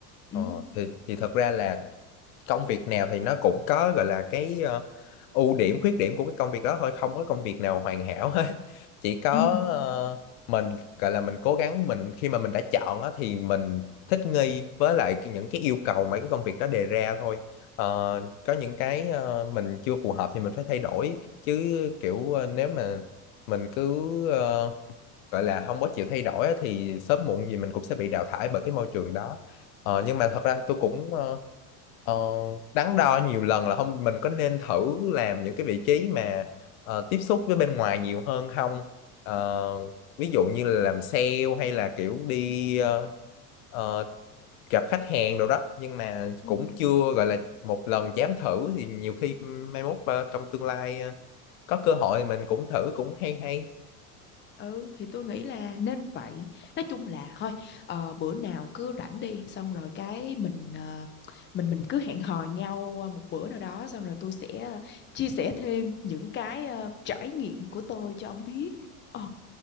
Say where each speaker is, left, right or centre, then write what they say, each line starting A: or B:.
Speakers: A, on the left; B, on the left.
A: ừ
B: ờ thì thì thật ra là công việc nào thì nó cũng có gọi là cái ờ, ưu điểm khuyết điểm của cái công việc đó thôi không có công việc nào hoàn hảo hết <laughs> chỉ có
A: Ừ.
B: ờ, mình gọi là mình cố gắng mình khi mà mình đã chọn á, thì mình thích nghi với lại cái- những cái yêu cầu mà cái công việc đó đề ra thôi Ờ, có những cái ờ, mình chưa phù hợp thì mình phải thay đổi chứ kiểu ờ, nếu mà mình cứ ờ, gọi là không có chịu thay đổi á, thì sớm muộn gì mình cũng sẽ bị đào thải bởi cái môi trường đó ờ, nhưng mà thật ra tôi cũng ờ, ờ, đắn đo nhiều lần là không mình có nên thử làm những cái vị trí mà ờ, tiếp xúc với bên ngoài nhiều hơn không Ờ, ví dụ như là làm sale hay là kiểu đi ờ, ờ, gặp khách hàng đồ đó nhưng mà
A: Ừ.
B: cũng
A: ừ.
B: chưa gọi là một lần dám thử thì nhiều khi mai mốt ờ, trong tương lai ờ, có cơ hội thì mình cũng thử cũng hay hay
A: Ừ thì tôi nghĩ là nên vậy Nói chung là thôi ờ, bữa nào cứ rảnh đi Xong rồi cái mình ờ, mình mình cứ hẹn hò nhau ờ, một bữa nào đó Xong rồi tôi sẽ ờ, chia sẻ thêm những cái ờ, trải nghiệm của tôi cho ông biết Ừ